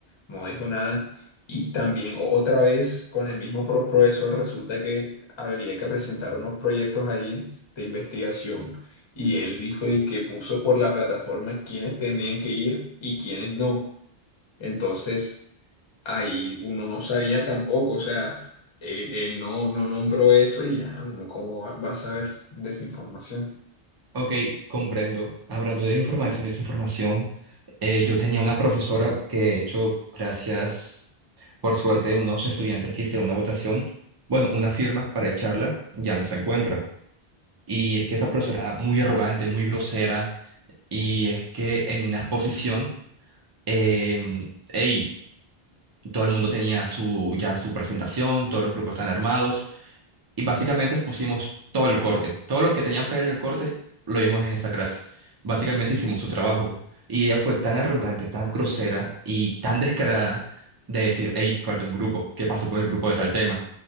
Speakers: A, on the left; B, on the right.
A: no dijo nada. Y también o- otra vez con el mismo pro- profesor resulta que había que presentar unos proyectos allí de investigación. Y él dijo y que puso por la plataforma quiénes tenían que ir y quiénes no. Entonces ahí uno no sabía tampoco, o sea, él, él no, no nombró eso y ya uno cómo va va a saber desinformación.
B: Ok, comprendo. Hablando de información y desinformación, eh, yo tenía una profesora que, de hecho, gracias por suerte, unos estudiantes que hicieron una votación, bueno, una firma para echarla, ya no se encuentra. Y es que esa profesora era muy arrogante, muy grosera, y es que en una exposición, eh, ey, todo el mundo tenía su, ya su presentación, todos los grupos están armados, y básicamente pusimos todo el corte. Todo lo que teníamos que ver en el corte lo vimos en esa clase. Básicamente hicimos su trabajo. Y ella fue tan arrogante, tan grosera y tan descarada de decir, hey, falta un grupo. ¿Qué pasó con el grupo de tal tema?